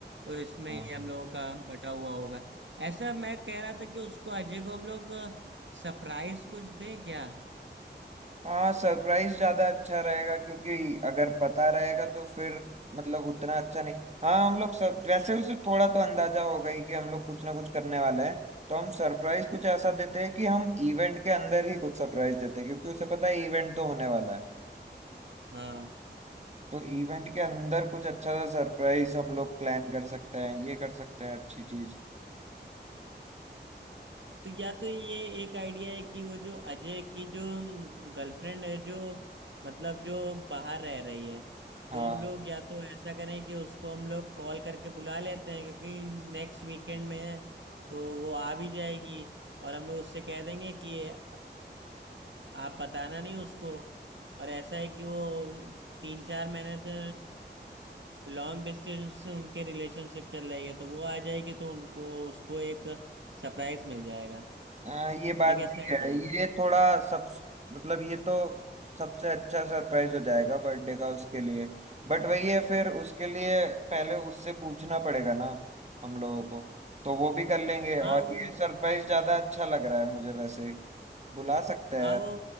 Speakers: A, on the right; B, on the right.
A: और इसमें
B: हाँ
A: ये हम लोगों का बटा हुआ होगा ऐसा मैं कह रहा था कि उसको अजय को हम लोग सरप्राइज कुछ दें क्या
B: हाँ सरप्राइज ज्यादा अच्छा रहेगा क्योंकि अगर पता रहेगा तो फिर मतलब उतना अच्छा नहीं हाँ हम लोग सब वैसे उसे थोड़ा तो अंदाजा होगा ही कि हम लोग कुछ ना कुछ करने वाले हैं तो हम सरप्राइज कुछ ऐसा देते हैं कि हम इवेंट के अंदर ही कुछ सरप्राइज देते हैं क्योंकि उसे पता है इवेंट तो होने वाला है
A: हाँ
B: तो इवेंट के अंदर कुछ अच्छा सा सरप्राइज हम लोग प्लान कर सकते हैं ये कर सकते हैं अच्छी चीज
A: तो या तो ये एक आइडिया है कि वो जो अजय की जो गर्लफ्रेंड है जो मतलब जो बाहर रह रही है
B: हाँ
A: तो हम लोग या तो ऐसा करें कि उसको हम लोग कॉल करके बुला लेते हैं क्योंकि नेक्स्ट वीकेंड में है तो वो आ भी जाएगी और हम लोग उससे कह देंगे कि अ, आप बताना नहीं उसको और ऐसा है कि वो तीन चार महीने से लॉन्ग डिस्टेंस से उनके रिलेशनशिप चल रही है तो वो आ जाएगी तो उनको उसको एक सरप्राइज मिल जाएगा
B: हाँ ये बात
A: ये कैसा
B: भी
A: आइडिया
B: है
A: है
B: ये थोड़ा सब मतलब ये तो सबसे अच्छा सरप्राइज हो जाएगा बर्थडे का उसके लिए बट वही है फिर उसके लिए पहले उससे पूछना पड़ेगा ना हम लोगों को तो वो भी कर लेंगे
A: हाँ
B: और
A: वो
B: ये सरप्राइज ज्यादा अच्छा लग रहा है मुझे वैसे बुला सकते हैं
A: हाँ वो